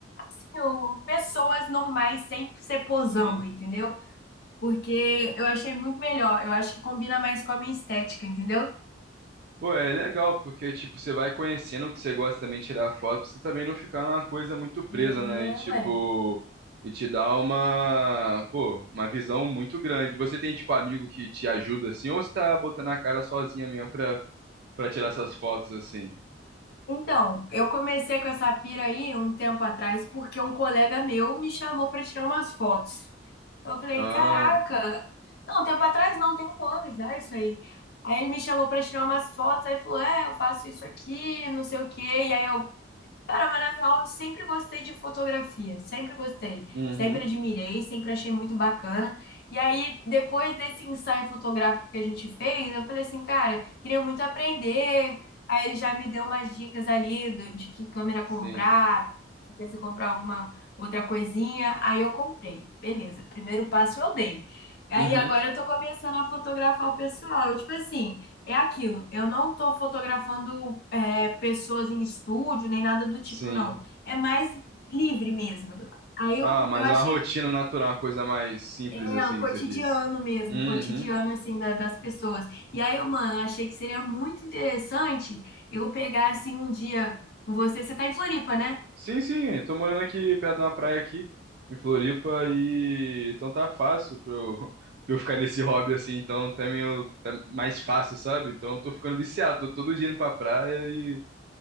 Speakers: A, on the left (about 55°); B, on the right (about 55°).
A: assim, o- pessoas normais sem ser posando,
B: sim.
A: entendeu? porque eu achei muito melhor. Eu acho que combina mais com a minha estética, entendeu?
B: Pô, é legal, porque, tipo, você vai conhecendo o que você gosta também de tirar foto, pra você também não ficar numa coisa muito presa,
A: É,
B: né? E, tipo,
A: ué.
B: e te dá uma, pô, uma visão muito grande. Você tem, tipo, amigo que te ajuda, assim, ou você tá botando a cara sozinha mesmo pra, pra tirar essas fotos, assim?
A: Então, eu comecei com essa pira aí um tempo atrás porque um colega meu me chamou para tirar umas fotos. Eu falei,
B: Ah,
A: caraca, não, um tempo atrás não, tem um ano já isso aí. Aí ele me chamou para tirar umas fotos, aí falou, é, eu faço isso aqui, não sei o quê. E aí eu Cara, mas na real, eu sempre gostei de fotografia, sempre gostei,
B: uhum,
A: sempre admirei, sempre achei muito bacana. E aí, depois desse ensaio fotográfico que a gente fez, eu falei assim, cara, queria muito aprender. Aí ele já me deu umas dicas ali do- de que câmera
B: sim,
A: comprar, se precisa comprar alguma outra coisinha. Aí eu comprei, beleza, primeiro passo eu dei. Aí
B: uhum,
A: agora eu tô começando a fotografar o pessoal, tipo assim. É aquilo, eu não estou fotografando é, pessoas em estúdio, nem nada do tipo,
B: sim.
A: não. É mais livre mesmo. Aí
B: Ah,
A: eu,
B: mas
A: eu achei,
B: é uma rotina natural, uma coisa mais simples,
A: é,
B: assim,
A: o cotidiano
B: que você disse.
A: mesmo,
B: Uhum.
A: o cotidiano, assim, da- das pessoas. E aí, eu, mano, eu achei que seria muito interessante eu pegar, assim, um dia com você. Você tá em Floripa, né?
B: Sim, sim, tô morando aqui perto de uma praia aqui, em Floripa, e então tá fácil pra eu, <laughs> pra eu ficar nesse hobby assim, então também eu, tá mais fácil, sabe? Então eu tô ficando viciado, tô todo dia indo pra praia e